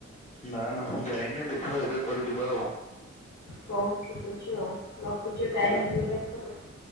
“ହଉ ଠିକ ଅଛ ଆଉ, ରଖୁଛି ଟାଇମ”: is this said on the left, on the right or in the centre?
Left